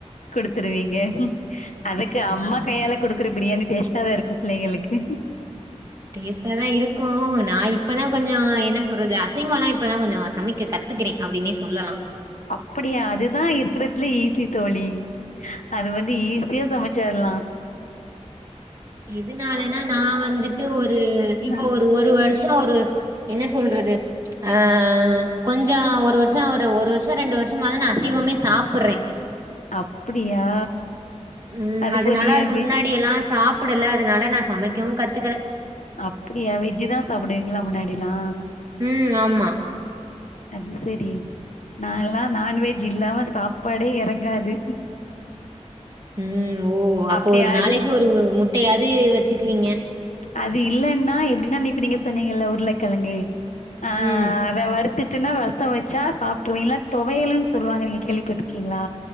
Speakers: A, on the left (about 85°); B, on the right (about 30°).
A: குடுத்துருவீங்க அதுக்கு அம்மா
B: ஆமா.
A: கையால குடுக் ற குற பிரியாணி டேஸ்ட்டா தா இருக்கு பிள்ளைங்களுக்கு
B: டேஸ்ட்டா தா இருக்கு நா இப்பதா கொஞ்சோ என்ன சொல்றது அசைவல்லா இப்பதா கொஞ்சோ சமைக்க கத்துக்கிறே அப்படின்னே சொல்லலா
A: அப்டியா அதுதா இருக்கறதுலே ஈஸி தோழி அது வந்து ஈஸியா சமைச்சிரலா
B: எதுனாலன்னா நா வந்துட்டு ஒரு இப்ப
A: ஆ
B: ஒரு ஒரு வருஷ ஆ ஒரு என்ன சொல்றது ஆ கொஞ் ஆ ஒரு வருச ஒரு ஒரு வருஷ ரெண்டு வருஷ மாதா நா அசைவமே சாப்பறே
A: அப்படியா
B: ம்
A: அது
B: அதனால
A: போ நீங்க
B: அதுக்கு
A: வெ
B: முன்னாடி எல்லா சாப் ப்பிடல அதனால நா சமைக்கவு கத்துக்கல
A: அப்டியா வெஜ்ஜிதா சாப்டுவீங்களா முன்னாடில்லா
B: ம் ஆமா
A: அது சரி நா எல்லா நான்வெஜ் இல்லாம சாப்பாடே எறங்காது
B: ம் ஓ அப்போ
A: அப்படியா
B: ஒரு நாளைக்கு
A: அது
B: ஒரு முட்டையாவது வச்சு வச்சுக்குவீங்க
A: அது இல்லன்னா எப்படின்னா நீப்ப நீங்க சொன்னீங்கல்ல உருளக்கெழங்கு ஆ
B: ம்
A: அத வரு தட்டுனா ரசம் வச்சா சாப்ருவீங்களா தொவையல்ன்னு சொல்லுவாங்க நீங்க கேள்விப்பட்ருக்கீங்களா